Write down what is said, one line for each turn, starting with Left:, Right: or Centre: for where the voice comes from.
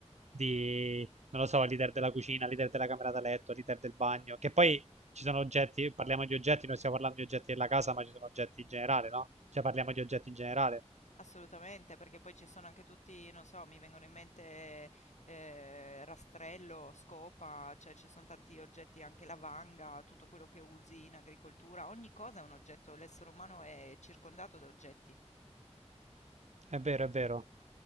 Right: di, non lo so, leader della cucina, leader della camera da letto, leader del bagno, che poi ci sono oggetti, parliamo di oggetti, non stiamo parlando di oggetti della casa, ma ci sono oggetti in generale, no? Cioè, parliamo di oggetti in generale.
Left: Assolutamente, perché poi ci sono anche tutti, non so, mi vengono in mente eh, rastrello, scopa, cioè ci sono tanti oggetti, anche la vanga, tutto quello che usi in agricoltura, ogni cosa è un oggetto, l'essere umano è circondato da oggetti.
Right: È vero, è vero.